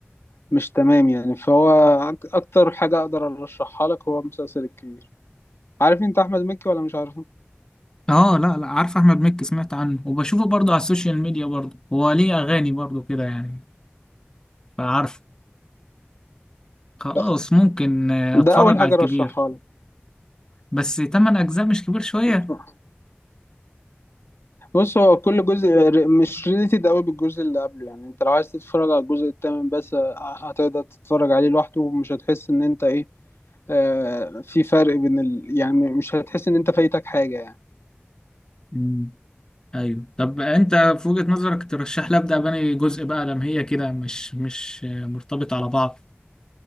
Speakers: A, on the left (about 85°); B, on the left (about 20°).
A: مش تمام يعني فهو أك- اكتر حاجه اقدر ارشحها لك هو المسلسل الكبير عارف انت احمد مكي ولا مش عارفه
B: اه لا لا عارف احمد مكي سمعت عنه وبشوفه برضه على السوشيال ميديا برضه هو ليه اغاني برضه كده يعني فعارف خلاص
A: لا
B: ممكن آه، اتفرج
A: ده اول حاجه
B: على الكبير
A: ارشحها
B: بس تمن اجزاء مش كبير شوية
A: لك بص هو كل جزء ر- مش ريليتد قوي بالجزء اللي قبله يعني انت لو عايز تتفرج على الجزء الثامن بس ه- هتقدر تتفرج عليه لوحده ومش هتحس ان انت ايه آه في فرق بين ال... يعني م- مش هتحس ان انت فايتك حاجة يعني
B: مم. ايوه طب انت في وجهة نظرك ترشح لي ابدا بني جزء بقى لما هي كده مش مش آه، مرتبط على بعض